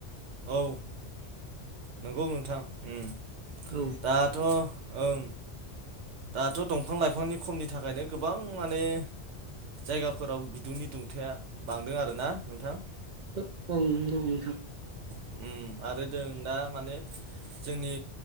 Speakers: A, on the right; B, on the right.
A: औ नंगौ नोंथां ओम
B: औ
A: दाथ' ओं दाथ' दंफां लाइफांनि खमनि थाखायनो गोबां माने जायगाफोराव बिदुंनि दुंथाया बांदों आरोना नोंथां।
B: औ नोंगौ नोंथां
A: ओम आरो जों दा माने जोंनि